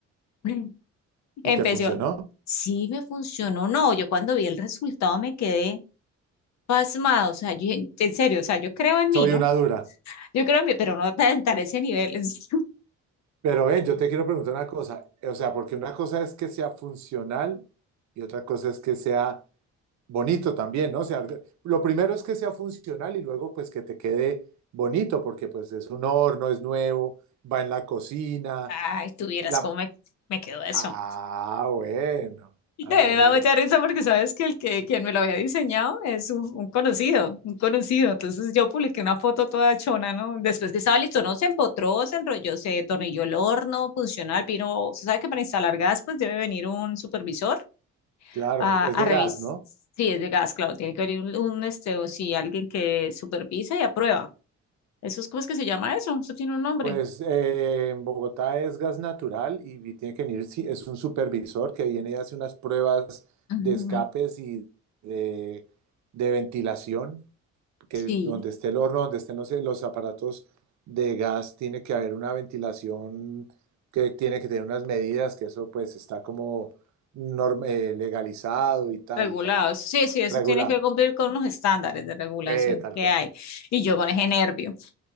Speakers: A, on the left (about 65°); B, on the right (about 65°).
A: <laughs> Empecé,
B: ¿Y te funcionó?
A: sí me funcionó, no, yo cuando vi el resultado me quedé pasmado, o sea, yo, en serio, o sea, yo creo en mí,
B: Soy
A: ¿no?
B: una dura.
A: Yo creo, mi- pero no tan, tan ese nivel. en serio.
B: Pero ven, yo
A: <laughs>
B: te quiero preguntar una cosa, o sea, porque una cosa es que sea funcional y otra cosa es que sea bonito también, ¿no? O sea, lo primero es que sea funcional y luego pues que te quede bonito, porque pues es un horno, es nuevo, va en la cocina,
A: Ay, tuvieras
B: la...
A: cómo me, me quedó eso.
B: Ah, bueno,
A: <laughs>
B: ah,
A: No, me
B: bueno,
A: da mucha risa porque sabes que el que quien me lo había diseñado es un, un conocido, un conocido. Entonces yo publiqué una foto toda chona, ¿no? Después que estaba listo, no se empotró, se enrolló, se tornilló el horno funcional, vino, se sabe que para instalar gas, pues debe venir un supervisor.
B: claro,
A: a,
B: es
A: a
B: de
A: revisar.
B: gas, ¿no?
A: Sí, es de gas, claro, tiene que haber un, un, este, o sí, alguien que supervisa y aprueba. Eso es, ¿cómo es que se llama eso? Eso tiene un nombre.
B: Pues eh, en Bogotá es gas natural y vi- tiene que venir, sí, es un supervisor que viene y hace unas pruebas
A: Ujú,
B: de escapes y de, de ventilación, que
A: Sí.
B: donde esté el horno, donde estén los, los aparatos de gas, tiene que haber una ventilación que tiene que tener unas medidas, que eso pues está como norm- eh, legalizado y tal
A: Regulados.
B: y toda la
A: Sí, sí, eso
B: regulado.
A: tiene que cumplir con unos estándares de regulación
B: Eh, tal
A: que
B: cual.
A: hay. Y yo con ese nervio.